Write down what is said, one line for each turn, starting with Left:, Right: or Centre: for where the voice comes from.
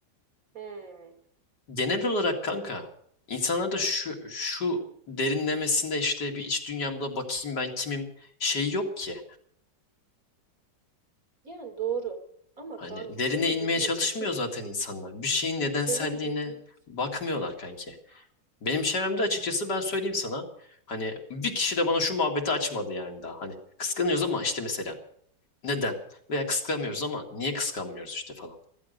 Right: hı.
Left: Genel olarak kanka insanlarda şu şu derinlemesinde işte bir iç dünyamda bakayım ben kimim şey yok ki.
Right: Yani doğru. Ama
Left: Hani
Right: kanki
Left: derine
Right: senin
Left: inmeye
Right: dediğin
Left: çalışmıyor
Right: bir tık.
Left: zaten insanlar. Bir şeyin nedenselliğine
Right: Senin dediğin.
Left: bakmıyorlar kanki. Benim çevremde açıkçası ben söyleyeyim sana. Hani bir kişi de bana şu muhabbeti açmadı yani daha. Hani kıskanıyoruz ama işte mesela neden? Veya kıskanmıyoruz ama niye kıskanmıyoruz işte falan.